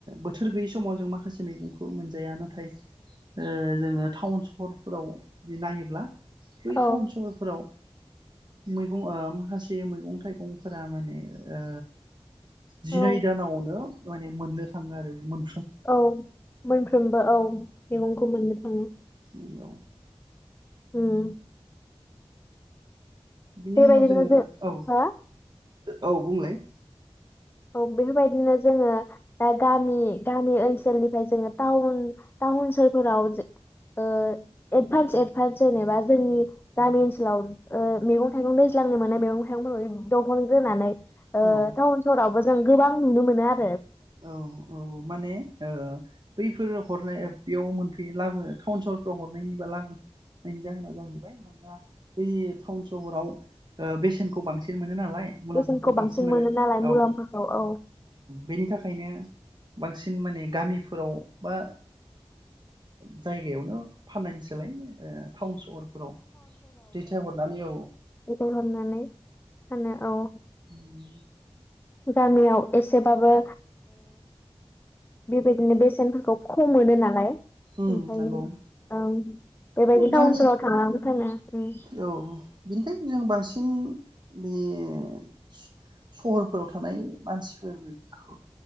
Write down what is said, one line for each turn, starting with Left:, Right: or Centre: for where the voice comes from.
Right: बोथोर गैयै समाव जों माखासे मैगंखौ मोनजाया नाथाय ओ जोङो टाउन सहरफोराव जुदि नायोब्ला बै
Left: औ
Right: टाउन सहरफोराव मैगं ओ माखासे मैगं थाइगंफोरा माने ओ जिनै
Left: औ
Right: दानावनो माने मोननो थाङो आरो मोन
Left: औ मोनफ्रोमबो औ मैगंखौ मोननो थाङो।
Right: बियाव
Left: उम
Right: बिनि
Left: बेबायदिनो
Right: उनाव जोङो
Left: जों
Right: औ
Left: हो
Right: औ बुंलाय
Left: औ बेफोरबायदिनो जोङो दा गामि गामि ओन सोलनिफ्राय जोङो टाउन टाउन सोहोर फोराव जो ओ एडभान्स एदभान्स जेनेबा जोंनि गामि ओन्सोलाव ओ मैगं थाइगं दैज्लांनो मोनानय मैगं थाइगंफोरखौ दहनग्रोनानै ओ
Right: औ
Left: टाउन आवबो जों गोबां नुनो मोनो आ
Right: औ औ माने। बैफोर हरनाय बेयाव मोनफैयो लाबोनो टाउन सहरफ्राव हरनायनिबा लाबोनायनि जाहोना जाहैबाय मानोना। बै टाउन सहराव। बेसेनखौ बांसिन मोनो। नालाय मुलाम्फाखौ
Left: बेसेनखौ
Right: बांसिन मोनो
Left: नालाय
Right: औ
Left: मुलाम्फाखौ औ
Right: बेनि थाखाय। ओंखायनो। बांसिन माने गामिफोराव बा जायगायावनो फाननायनिसोलाय। टाउन सहरफोराव दैथायहरनानै औ।
Left: बेखौ हरना नै। फानो औ।
Right: उम।
Left: गामियाव एसेबाबो बेबायदिनो बेसेन। खौ खम मोनो नालाय।
Right: उम
Left: ओंखायनों
Right: नंगौ
Left: ओं बेबायदि
Right: जायनि
Left: टाउन सहराव थांनानै। फानो उम
Right: औ बेनिखायनो जों बांसिन। बे सहरफोराव थानाय मानसिफोरखौ